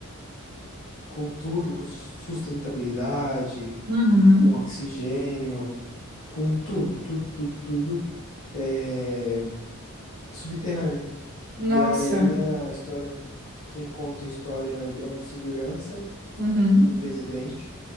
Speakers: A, on the left (about 65°); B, on the right (about 45°).
A: com tudo, com sustentabilidade,
B: Uhum.
A: com oxigênio, com tudo, tudo, tudo, tudo é, subterrânea.
B: Nossa.
A: E aí a história, quem conta a história é um segurança
B: Uhum.
A: do presidente.